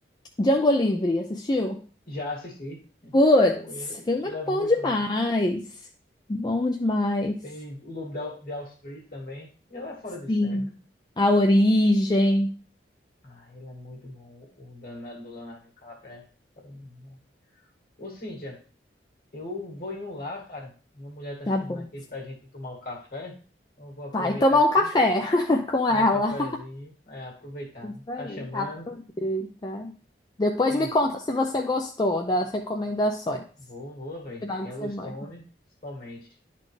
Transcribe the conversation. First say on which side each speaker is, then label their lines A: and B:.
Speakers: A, on the left; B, on the left.
A: Django Livre, assistiu?
B: já assisti.
A: Putz,
B: Pô, ele,
A: filme
B: ele
A: é
B: é muito
A: bom demais.
B: massa.
A: Bom demais.
B: Tem o Lobo da- de Wall Street também. Ele é fora
A: Sim.
B: de série, né?
A: A origem.
B: Ah, ele é muito bom. O danado do Leonardo DiCaprio é fora do normal. Ô, Cíntia. Eu vou indo lá, cara. Minha mulher tá
A: Tá
B: chamando
A: bom.
B: aqui pra gente tomar um café. Então eu vou aproveitar
A: Vai tomar
B: aqui,
A: um café <laughs> com
B: tomar
A: ela.
B: um cafezinho. É, aproveitar,
A: Isso
B: né?
A: aí.
B: Tá chamando.
A: Aproveita. Depois
B: E
A: me conta se você gostou das recomendações.
B: vou, vou, velho.
A: Final
B: Yellowstone,
A: de semana.
B: principalmente.